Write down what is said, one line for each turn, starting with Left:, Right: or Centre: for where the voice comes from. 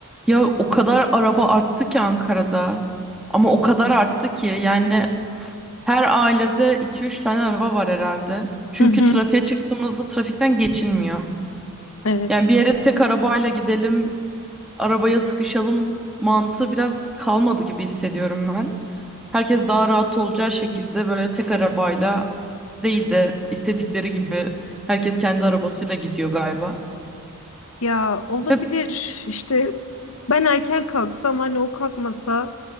Centre: Ya o kadar araba arttı ki Ankara'da. Ama o kadar arttı ki yani her ailede iki üç tane araba var herhalde. Çünkü
Left: Hı hı.
Centre: trafiğe çıktığımızda trafikten geçilmiyor.
Left: Evet.
Centre: Yani bir yere tek arabayla gidelim, arabaya sıkışalım mantığı biraz kalmadı gibi hissediyorum ben. Herkes daha rahat olacağı şekilde böyle tek arabayla değil de istedikleri gibi herkes kendi arabasıyla gidiyor galiba.
Left: Ya olabilir
Centre: Ve
Left: işte ben erken kalksam hani o kalkmasa